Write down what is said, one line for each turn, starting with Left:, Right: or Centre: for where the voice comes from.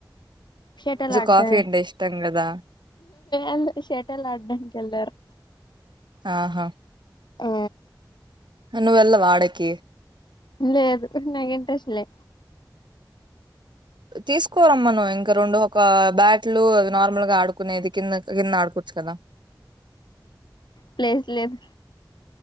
Left: షటల్ ఆడ్డన్
Right: కాఫీ అంటే ఇష్టం కదా
Left: అందుకు షటల్ ఆడ్డాంనికెల్లారు
Right: అహా
Left: అ
Right: నువ్వెళ్లవ ఆడేకి
Left: లేదు నాక్ ఇంట్రెస్ట్ లే
Right: తీసుకో రమ్మను ఇంక రెండు ఒక బ్యాట్లు నార్మల్గా ఆడుకునేది కిందక్ కింద ఆడుకోచ్చు కద
Left: ప్లేస్ లేదు